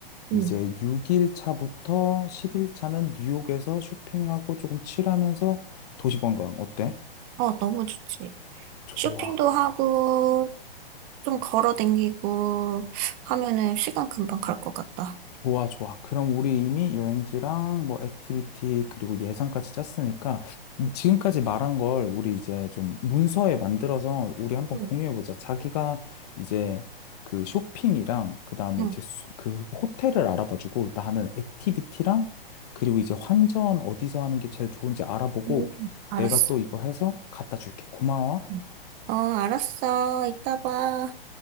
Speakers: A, on the left; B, on the right.
A: 이제
B: 응,
A: 6일 차부터 10일 차는 뉴욕에서 쇼핑하고 조금 칠하면서 도시 관광 어때?
B: 어, 너무 좋지.
A: 좋아.
B: 쇼핑도 하고, 좀 걸어 댕기고 하면은 시간 금방 갈 것 같다.
A: 좋아, 좋아. 그럼 우리 이미 여행지랑 뭐 액티비티 그리고 예산까지 짰으니까 이
B: 응,
A: 지금까지 말한 걸 우리 이제 좀 문서에 만들어서 우리 한번
B: 응.
A: 공유해보자. 자기가 이제 그 쇼핑이랑 그다음에
B: 응,
A: 이제 수- 그 호텔을 알아봐주고 나는 액티비티랑 그리고 이제 환전 어디서 하는 게 제일 좋은지 알아보고
B: 응. 알았어.
A: 내가 또 이거 해서 갖다 줄게. 고마워.
B: 응. 어, 알았어. 이따 봐.